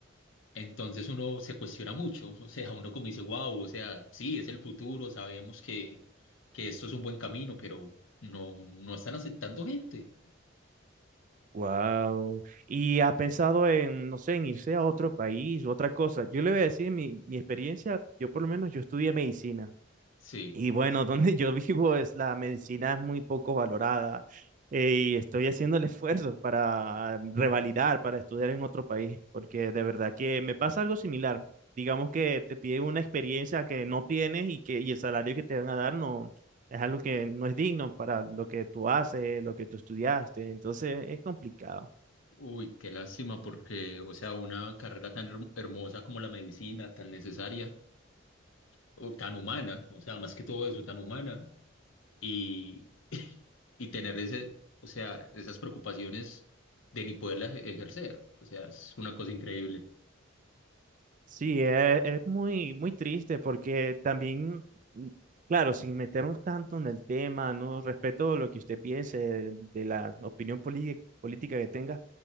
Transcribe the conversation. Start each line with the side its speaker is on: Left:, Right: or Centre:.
Left: Entonces uno se cuestiona mucho, o sea, uno como dice, wow, o sea, sí, es el futuro, sabemos que, que esto es un buen camino, pero no, no están aceptando gente.
Right: Wow. ¿Y ha pensado en, no sé, en irse a otro país u otra cosa? Yo le voy a decir mi, mi experiencia, yo por lo menos yo estudié medicina.
Left: Sí,
Right: Y bueno, <laughs> donde yo vivo es la medicina es muy poco valorada eh, y estoy haciendo el esfuerzo para revalidar, para estudiar en otro país, porque de verdad que me pasa algo similar. Digamos que te piden una experiencia que no tienes y que y el salario que te van a dar no es algo que no es digno para lo que tú haces, lo que tú estudiaste, entonces es complicado.
Left: uy, qué lástima, porque, o sea, una carrera tan her- hermosa como la medicina, tan necesaria, o tan humana, o sea, más que todo eso, tan humana y, <laughs> y tener ese, o sea, esas preocupaciones de ni poderlas e- ejercer. O sea, es una cosa increíble.
Right: Sí, es, es muy, muy triste porque también, mm, claro, sin meternos tanto en el tema, no respeto lo que usted piense de, de la opinión poli- política que tenga,